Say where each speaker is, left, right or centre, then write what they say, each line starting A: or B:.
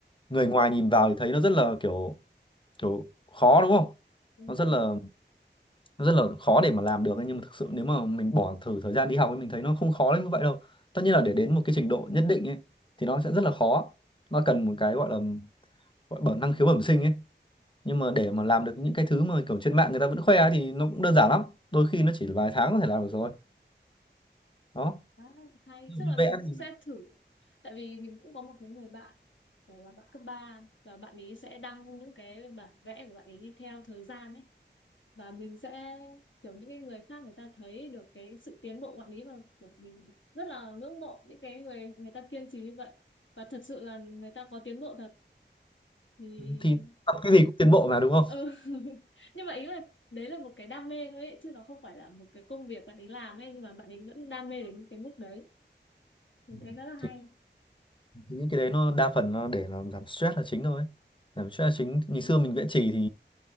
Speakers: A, on the left (about 25°); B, on the left (about 85°).
A: người ngoài nhìn vào thì thấy nó rất là kiểu kiểu khó đúng không
B: Ừ.
A: nó rất là nó rất là khó để mà làm được ấy. nhưng mà thực sự nếu mà mình bỏ thử thời gian đi học ấy mình thấy nó không khó đến như vậy đâu tất nhiên là để đến một cái trình độ nhất định ấy thì nó sẽ rất là khó nó cần một cái gọi là gọi bẩm năng khiếu bẩm sinh ấy nhưng mà để mà làm được những cái thứ mà kiểu trên mạng người ta vẫn khoe ấy thì nó cũng đơn giản lắm đôi khi nó chỉ vài tháng có thể làm được rồi đó
B: À, hay
A: ví
B: chắc
A: dụ như
B: là mình
A: vẽ
B: cũng
A: thì
B: sẽ thử tại vì mình cũng có một cái người bạn kiểu là bạn cấp ba và bạn ấy sẽ đăng những cái bản vẽ của bạn ấy theo thời gian ấy và mình sẽ kiểu những cái người khác người ta thấy được cái sự tiến bộ của bạn ấy và kiểu mình rất là ngưỡng mộ những cái người người ta kiên trì như vậy và thật sự là người ta có tiến bộ thật thì
A: thì tập cái gì cũng tiến bộ mà đúng không
B: ừ. <laughs> nhưng mà ý là đấy là một cái đam mê thôi ấy chứ nó không phải là một cái công việc bạn ấy làm ấy nhưng mà bạn ấy vẫn đam mê đến cái mức đấy mình
A: Ừ.
B: thấy rất là hay
A: thì thì những cái đấy nó đa phần nó để làm giảm stress là chính thôi giảm stress là chính ngày xưa mình vẽ chì thì